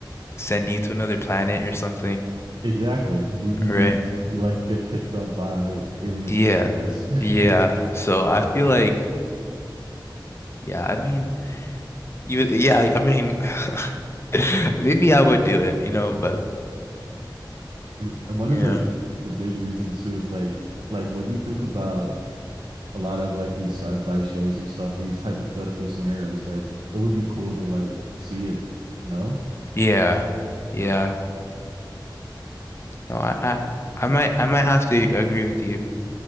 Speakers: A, on the left; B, on the right.
A: send you to another planet or something.
B: Exactly. You you'd
A: Right.
B: be you like get picked up by alien
A: Yeah.
B: hitchhikers. <laughs>
A: Yeah. So I feel like yeah, I mean you yeah, I mean <laughs> maybe I would do it, you know, but
B: And and one
A: yeah.
B: of the the big reasons too is like like what do you think about a lot of like these sci-fi shows and stuff, these hypothetical scenarios? Like it would be cool to like see it. No?
A: Yeah. Yeah. No, I, I I might I might have to agree with you